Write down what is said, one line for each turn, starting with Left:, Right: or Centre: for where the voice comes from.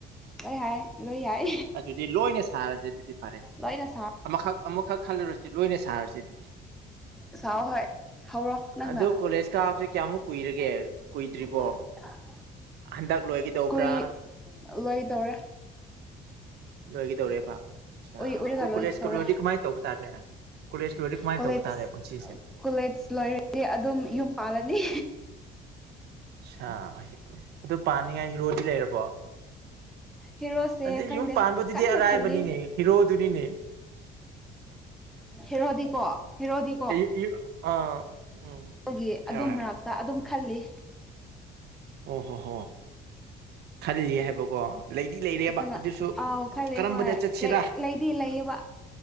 Centre: ꯂꯣꯏ ꯍꯥꯏ ꯂꯣꯏ ꯌꯥꯏ
Right: ꯑꯗꯨꯗꯤ ꯂꯣꯏꯅ ꯁꯥꯔꯁꯦ ꯑꯗꯨꯗꯤ ꯐꯔꯦꯁꯦ
Centre: ꯂꯣꯏꯅ ꯁꯥꯏ꯫
Right: ꯑꯃꯈꯛ ꯑꯃꯨꯛꯈꯛ ꯈꯜꯂꯨꯔꯁꯤ ꯂꯣꯏꯅ ꯁꯥꯔꯁꯤ ꯑꯗꯨꯗꯤ꯫
Centre: ꯁꯥꯑꯣ ꯍꯣꯏ ꯍꯧꯔꯣ ꯅꯪꯅ꯫
Right: ꯑꯗꯨ
Centre: <unintelligible>
Right: ꯀꯣꯂꯦꯖ ꯀꯥꯕꯁꯦ ꯀꯌꯥꯃꯨꯛ ꯀꯨꯏꯔꯒꯦ ꯀꯨꯏꯗ꯭ꯔꯤꯕꯣ ꯍꯟꯗꯛ ꯂꯣꯏꯒꯗꯧꯕ꯭ꯔꯥ꯫
Centre: ꯀꯨꯏ ꯂꯣꯏꯗꯧꯔꯦ꯫
Right: ꯂꯣꯏꯒꯗꯧꯔꯦꯕ
Centre: ꯎꯏ
Right: ꯑ
Centre: ꯎꯏꯔꯒ
Right: ꯑꯗꯨ
Centre: ꯂꯣꯏꯗꯧꯔꯦ
Right: ꯀꯣꯂꯦꯖꯀ ꯂꯣꯏꯔꯗꯤ ꯀꯃꯥꯏꯅ ꯇꯧꯕ ꯇꯥꯔꯦ꯫ ꯀꯣꯂꯦꯁ ꯂꯣꯏꯗꯤ ꯀꯃꯥꯏ
Centre: ꯀꯣꯂꯦꯖ
Right: ꯇꯧꯕꯥꯇꯥꯔꯦ ꯄꯨꯟꯁꯤ꯫
Centre: ꯀꯣꯂꯦꯖ ꯂꯣꯏꯔꯗꯤ ꯑꯗꯨꯝ ꯌꯨꯝ ꯄꯥꯜꯂꯅꯤ꯫
Right: ꯁꯥ ꯑꯗꯨ ꯄꯥꯅꯤꯡꯉꯥꯏ ꯍꯤꯔꯣꯗꯤ ꯂꯩꯔꯕꯣ꯫
Centre: ꯍꯦꯔꯣꯁꯦ
Right: ꯑꯗꯩ
Centre: ꯈꯪꯗꯦ
Right: ꯌꯨꯝ ꯄꯥꯟꯕꯗꯨꯗꯤ
Centre: ꯀꯟꯅ
Right: ꯑꯔꯥꯏꯕꯅꯤꯅꯦ
Centre: ꯈꯜꯂꯤ꯫
Right: ꯍꯤꯔꯣꯗꯨꯅꯤꯅꯦ
Centre: ꯍꯔꯣꯗꯤ ꯀꯣ ꯍꯔꯣꯗꯤ ꯀꯣ
Right: <unintelligible> ꯑꯥ ꯎꯝ
Centre: ꯑꯗꯨꯒꯤ
Right: ꯍꯥꯏꯌꯣ
Centre: ꯑꯗꯨ
Right: ꯍꯥꯏꯌꯣ
Centre: ꯃꯔꯛꯇ ꯑꯗꯨꯝ ꯈꯜꯂꯤ꯫
Right: ꯑꯣ ꯍꯣ ꯍꯣ ꯈꯜꯂꯤ ꯍꯥꯏꯕꯀꯣ꯫ ꯂꯩꯗꯤ ꯂꯩꯔꯦꯕ
Centre: ꯀꯩꯅꯣ
Right: ꯑꯗꯨꯁꯨ
Centre: ꯑꯥꯎ ꯈꯜꯂꯤ
Right: ꯀꯔꯝꯕꯗ
Centre: ꯍꯣꯏ
Right: ꯆꯠꯁꯤꯔꯥ꯫
Centre: ꯂꯩꯗꯤ ꯂꯩꯌꯦꯕ